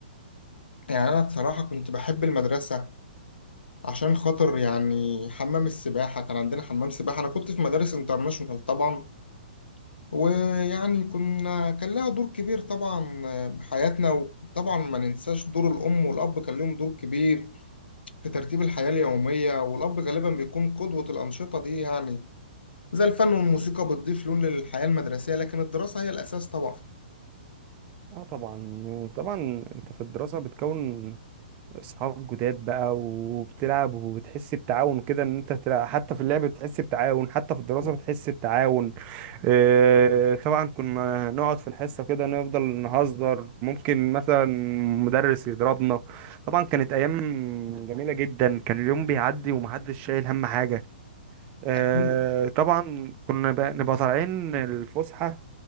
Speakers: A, on the left; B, on the right.
A: يعني أنا بصراحة كنت بحب المدرسة عشان خاطر يعني حمام السباحة كان عندنا حمام سباحة أنا كنت في مدارس انترناشونال طبعا ويعني كنا كان لها دور كبير طبعا في حياتنا وطبعا ما ننساش دور الأم والأب كان لهم دور كبير في ترتيب الحياة اليومية والأب غالبا بيكون قدوة الأنشطة دي يعني زي الفن والموسيقى بتضيف لون للحياة المدرسية لكن الدراسة هي الأساس طبعا
B: اه طبعا آه، طبعا انت في الدراسة بتكون اصحاب جداد بقى وبتلعب وبتحس بتعاون كده ان انت تلعب حتى في اللعب بتحس بتعاون حتى في الدراسة بتحس بتعاون إيه، طبعا كنا نقعد في الحصة كده نفضل نهزر ممكن مثلا مدرس يضربنا طبعا كانت ايام جميلة جدا كان اليوم بيعدي ومحدش شايل هم حاجة إيه،
A: أكيد
B: طبعا كنا بقى نبقى طالعين الفسحة